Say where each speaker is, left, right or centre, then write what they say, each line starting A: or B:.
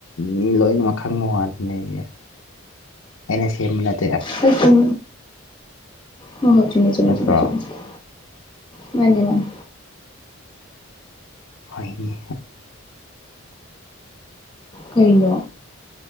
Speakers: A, on the left (about 80°); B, on the left (about 25°).
A: ꯃꯤ ꯂꯣꯏꯅꯥꯃꯛ ꯈꯪꯕꯥ ꯋꯥꯌꯦ ꯑꯩꯅ ꯁꯦꯝꯕꯅꯠꯇꯦ
B: ꯍꯣꯏ ꯆꯨꯝ ꯍꯣꯏ ꯍꯣꯏ ꯆꯨꯝꯃꯦꯆꯨꯝꯃꯦ
A: ꯅꯠꯇ꯭ꯔꯣ
B: ꯆꯨꯝꯃꯦ ꯃꯥꯅꯦꯃꯥꯅꯦ
A: <inaudible> ꯀꯩꯅꯣ
B: ꯀꯩꯅꯣ